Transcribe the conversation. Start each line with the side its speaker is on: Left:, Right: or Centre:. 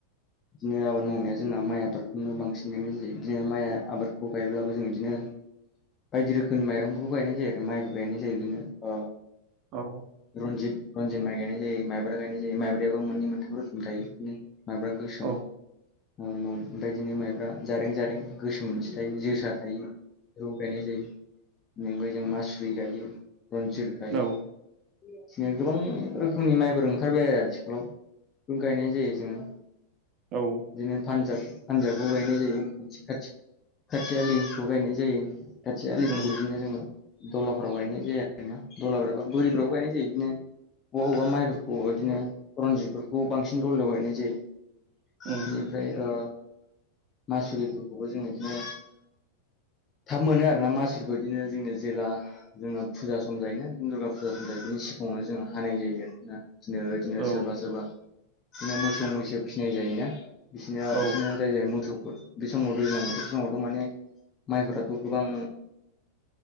Left: बिदिनो आबाद मावनाया जोंना माइ आबादखौनो बांसिन गायनाय जायो बिदिनो माइ आबादखौ गायब्लाबो जों इदिनो बायदि रोखोमनि माइरंखौबो गायनाय जायो आरो माइबो गायनाय जायो बेनो ओ
Right: औ।
Left: रनजित-रनजित माइ गायनाय जायो माइब्रा गायनाय जायो माइब्रायाबो मोननै मोनथाम रोखोमनि थायो। मायब्रा‌ गोसोम।
Right: औ
Left: ओ नन बेबायदिनो माइब्रा जारें-जारें गोसोम मोनसे थायो जोसा थायो। खौ गायनाय जायो बेनि अनगायै जों मासुरि गायो रन्जि गायो
Right: औ
Left: बिदिनो गोबां रोखोमनि माइ फोर ओंखारबाय आरो आथिखालाव बेफोरखौ गायनाय जायो जोङो।
Right: औ।
Left: इदिनो पान्जाब-पान्जाबखौ गायनाय जायो खाथि-खाथि। खाथि आलिखौ गायनाय जायो खाथि आलिफोरखौ
Right: उम
Left: इदिनो जोङो दलाफ्राव गायनाय जाया आरो ना दलाफोराबा बोरिफ्राव गायनाय जायो इदिनो अबेबा अबेबा माइफोर अ इदिनो रनजितफोरखौ बांसिन दलयाव गायनाय जायो।
Right: उम
Left: बेनिफ्राय ओ मासुरिफोरखौबो जों इदिनो। थाब मोनो आरोना मासुरिखौ इदिनो जोंनि जेला। जोङो फुजा सम जायोना इदिनो दुर्गा फुजा सम जायो बिनि सिगाङावनो जोङो हानाय जायो आरोना। दिनो-दिनो
Right: औ
Left: सोरबा-सोरबा इदिनो मोसौ-मैसो फिनाय जायोना। बिसिनिया
Right: औ
Left: बिसिनिया जाय जाय मोसौफोर बे समाव दैज्लां बोथोर समावथ‌ माने माइफोराथ गोबां